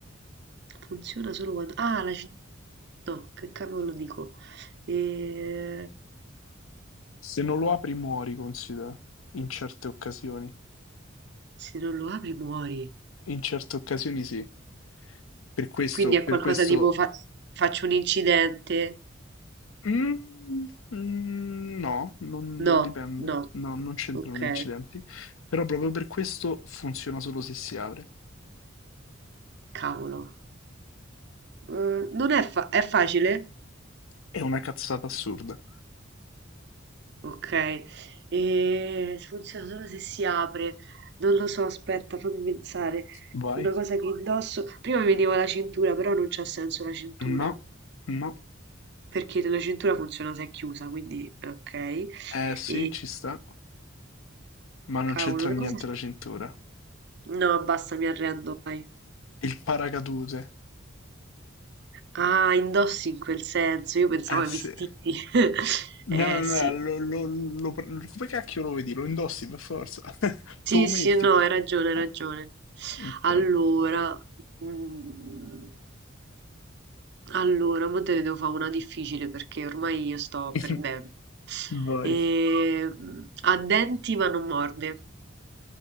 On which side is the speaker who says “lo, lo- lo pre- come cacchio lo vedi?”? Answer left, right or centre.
Left